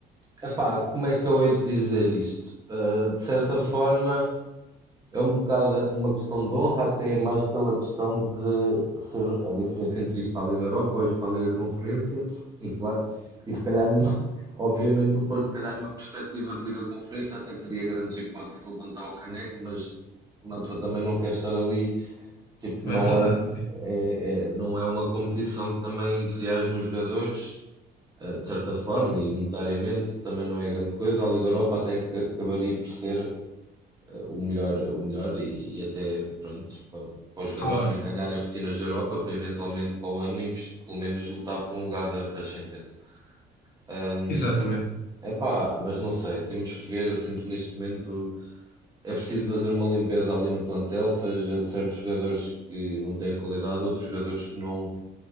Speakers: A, on the right; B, on the left.
A: epá, como é que eu hei de dizer isto? Ah, de certa forma, é um bocado uma questão de honra, até mais pela questão de ser a diferença entre isto para a Liga Europa ou isto para a Liga Conferência, e claro, e se calhar, numa- <laughs> obviamente, o Porto, se calhar, numa perspectiva de Liga Conferência, até teria grandes hipóteses de levantar o caneco, mas uma pessoa também não quer estar ali Tipo,
B: Também
A: não
B: é verdade.
A: é, que se- é, é- não é uma competição que também entusiasma os jogadores, eh, de certa forma, e monetariamente também não é grande coisa. A Liga Europa até que acabaria por ser eh, o melhor, o melhor e, e até, pronto, para, para os jogadores
B: Claro,
A: também ganharem rotinas da Europa, para eventualmente para o ano, invest- pelo menos lutar por um lugar da, da Champions. Ahm,
B: exatamente.
A: epá, mas não sei, temos que ver. Eu sinto que neste momento. É preciso fazer uma limpeza ali no plantel, seja certos jogadores que não têm qualidade, outros jogadores que não